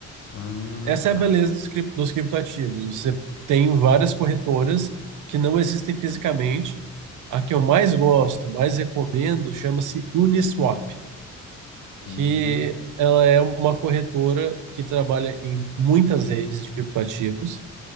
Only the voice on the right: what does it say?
Essa
é a beleza dos, crip- dos criptoativos. Você tem várias corretoras que não existem fisicamente. A que eu mais gosto, mais recomendo, chama-se Uniswap, que
ela é uma corretora que trabalha em muitas redes de criptoativos,